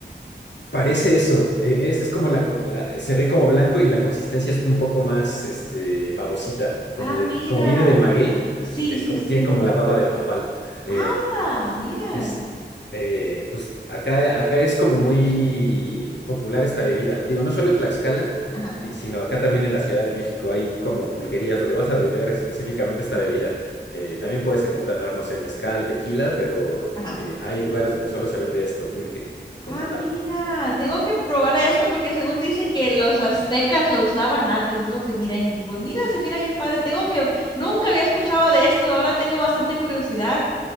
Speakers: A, on the left (about 75°); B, on the left (about 25°).
A: parece eso. eh, es, es como la, co- la- se ve como blanco y la consistencia es un poco más, este, babosita, como
B: Ah,
A: de,
B: mira.
A: como viene del maguey,
B: Sí,
A: eh,
B: sí,
A: como-
B: sí.
A: tiene como la baba del nopal. eh,
B: ¡Hala! Mira.
A: Es, eh, pues acá, acá es como muy popular esta bebida. Digo, no solo en Tlaxcala,
B: Ajá,
A: y sino acá también en la Ciudad de México hay como pulquerías donde vas a beber específicamente esta bebida. Eh, también puedes encontrar, no sé, mezcal, tequila, pero
B: ajá.
A: eh, hay lugares donde solo se vende esto, pulque, como
B: Ah,
A: tal.
B: mira. Tengo que probar esto porque según dicen que los aztecas lo usaban antes. Es lo que mira en Google. Mira, se mira bien padre. Tengo que, nunca había escuchado de esto. Ahora tengo bastante curiosidad.